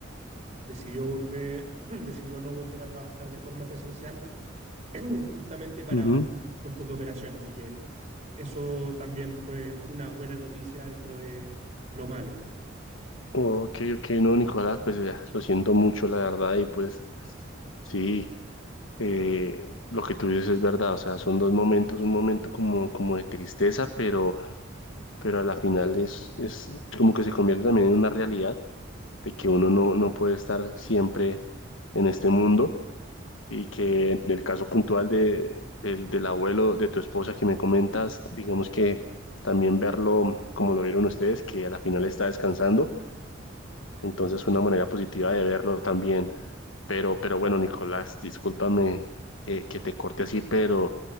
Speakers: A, on the right; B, on the left.
A: decidió volver, <clears throat> decidió no volver a trabajar de forma presencial <clears throat> justamente para
B: ujú.
A: abaratar los costos de operación. Así que eso también fue una buena noticia dentro de lo malo.
B: Ok, ok, no, Nicolás, pues eh, lo siento mucho, la verdad, y pues sí, eh, lo que tú dices es verdad, o sea, son dos momentos, un momento como, como de tristeza, pero pero a la final es, es como que se convierte también en una realidad de que uno no, no puede estar siempre en este mundo y que en el caso puntual de, del del abuelo de tu esposa que me comentas, digamos que también verlo como lo vieron ustedes, que a la final está descansando, entonces una manera positiva de verlo también. Pero, pero bueno, Nicolás, discúlpame que, que te corte así, pero